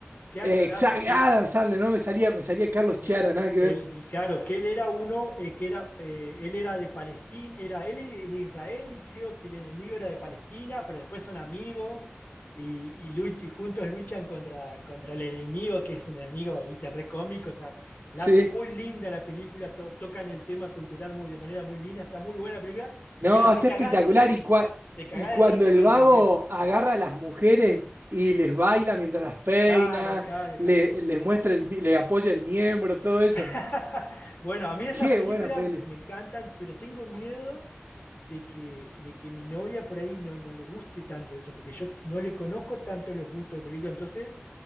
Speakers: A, on the left; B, on the right.
A: Qué actorazo,
B: Exacto,
A: sí.
B: Adam Sandler, no me salía, me salía Carlos Chiara,
A: Eh,
B: nada que
A: él,
B: ver.
A: claro, que él era uno, eh, que era, eh, él era de Palestina, era él de Israel y creo que el enemigo era de Palestina, pero después son amigos y, y luch- y juntos luchan contra, contra el enemigo, que es un enemigo, viste, re cómico, o sea, la
B: Sí.
A: hacen muy linda la película, to- tocan el tema cultural muy, de manera muy linda, está muy buena la película,
B: No,
A: pero
B: está
A: te cagás
B: espectacular.
A: de risa,
B: Y, cua-
A: te cagás
B: y cuando
A: de risa
B: el
A: con
B: vago
A: el peluquero.
B: agarra a las mujeres y les baila mientras las peina,
A: Claro, claro,
B: le-
A: claro.
B: les muestra el, mi- le apoya el miembro, todo eso.
A: <laughs> Bueno, a mí esas
B: Qué
A: películas
B: buena peli.
A: me encantan, pero tengo miedo de que, de que mi novia por ahí no, no le guste tanto eso, porque yo no le conozco tanto los gustos de película, entonces